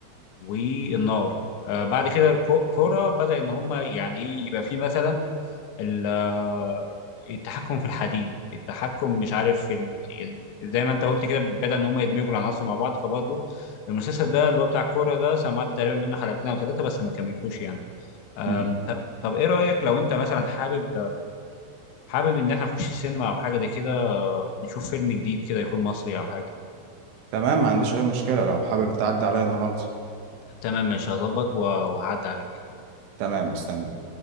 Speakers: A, on the left; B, on the right.
A: والنار آه بعد كده الكو- الكرة بدأ ان هم يعني ايه يبقى فيه مثلا ال- آه، التحكم في الحديد التحكم مش عارف في ال... يعني زي ما انت قلت كده بدأ ان هم يدمجوا العناصر مع بعض فبرضه المسلسل ده اللي هو بتاع الكوره ده سمعت تقريبا منه حلقتين او ثلاثه بس ما كملتوش يعني آم،
B: مم.
A: طب طب ايه رأيك لو انت مثلا حابب حابب ان احنا نخش السينما او حاجه زي كده نشوف فيلم جديد كده يكون مصري او حاجه
B: تمام ما عنديش أي مشكلة لو حابب تعدي عليا النهاردة
A: تمام ماشي هظبط و- وهعدي عليك
B: تمام مستني